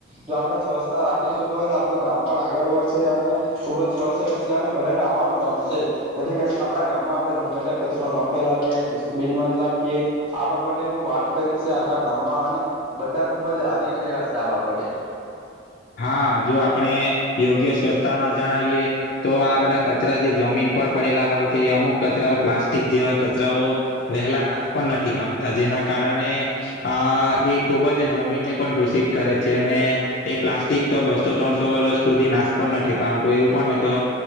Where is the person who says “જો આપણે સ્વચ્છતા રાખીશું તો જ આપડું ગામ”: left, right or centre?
Right